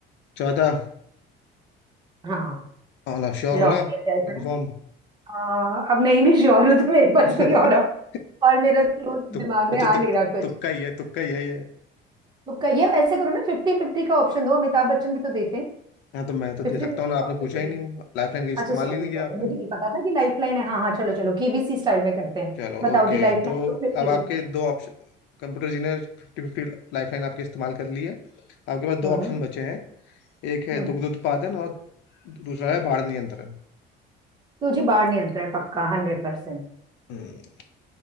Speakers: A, on the left; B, on the right.
A: चौथा
B: हाँ
A: मतलब श्योर
B: लॉक
A: हो ना
B: किया जाए जरा
A: कंफर्म
B: अ, अब नहीं भी श्योर हूँ तो मेरे पास
A: <laughs>
B: कोई और op- और मेरा क्लू दिमाग
A: तो अच्छा
B: में आ
A: तो
B: नहीं रहा कुछ
A: तुक्का ही है तुक्का ही है ये
B: तो कहिए ऐसे करो ना फिफ्टी फिफ्टी का ऑप्शन दो अमिताभ बच्चन भी तो देते हैं
A: हाँ तो मैं तो
B: फिफ्टी
A: दे सकता
B: फिफ्टी
A: हूँ ना
B: का
A: आपने
B: ऑप्शन
A: पूछा
B: तो
A: ही
B: दे
A: नहीं लाइफलाइन का इस्तेमाल
B: अच्छा सॉरी
A: ही नहीं
B: सॉरी
A: किया आपने
B: मुझे नहीं पता था कि लाइफ लाइन है हाँ हाँ चलो चलो केबीसी स्टाइल में करते हैं
A: चलो
B: बताओ
A: ओके
B: जी लाइफ
A: तो
B: लाइन दो फिफ्टी
A: अब
B: फिफ्टी
A: आपके दो ऑप्शन कंप्यूटर जी ने फिफ्टी फिफ्टी लाइफलाइन आपके इस्तेमाल कर ली है आपके पास
B: हम्म
A: दो ऑप्शन बचे हैं एक है
B: हम्म
A: दुग्ध उत्पादन और दूसरा है बाढ़ नियंत्रण
B: तुझे बाहर नहीं अंतर है पक्का हंड्रेड परसेंट
A: हम्म,